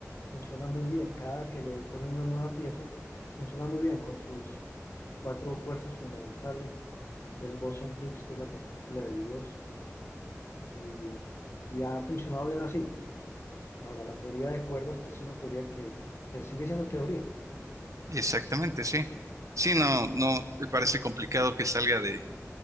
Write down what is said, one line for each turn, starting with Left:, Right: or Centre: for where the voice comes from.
Left: funciona muy bien. Cada que le ponen una nueva pieza, funciona muy bien con sus cuatro fuerzas fundamentales, el bosón Higgs, que es la partícula de Dios, y, y ha funcionado bien así. Ahora, la teoría de cuerdas, pues es una teoría que, que sigue siendo teoría, ¿no?
Right: Exactamente, sí. Sí, no, no, me parece complicado que salga de,